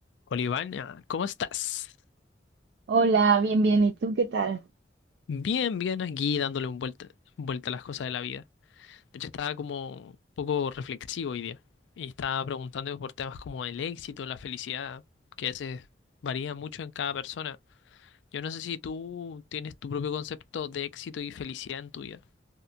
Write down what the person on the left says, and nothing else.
Olivana, ¿cómo estás?
Bien, bien, aquí dándole un vuelta, vuelta a las cosas de la vida. De hecho, estaba como un poco reflexivo hoy día y estaba preguntando por temas como el éxito, la felicidad, que a veces varía mucho en cada persona. Yo no sé si tú tienes tu propio concepto de éxito y felicidad en tu vida.